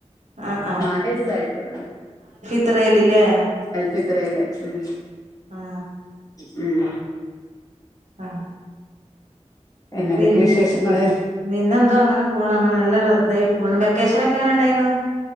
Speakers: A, on the right; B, on the left.
A: ആഹ്
B: നാലു വയസ്സ് ആയിട്ടുള്ളൂ.
A: ഫിത്രൽല്ലേ.
B: അൽഫി ത്രല് ഉം.
A: ആഹ്.
B: ഉം.
A: ആഹ്.
B: പിന്നെന്തൊക്കെ
A: പി
B: വിശേഷങ്ങള്
A: പിന്നെന്താ അങ്ങനെ പോണ് അങ്ങനെ നല്ല ഒരു ഇതായി പോണു വെക്കേ <unintelligible> വെക്കഷാനൊക്കെ എങ്ങനെ ഉണ്ടായിരുന്നു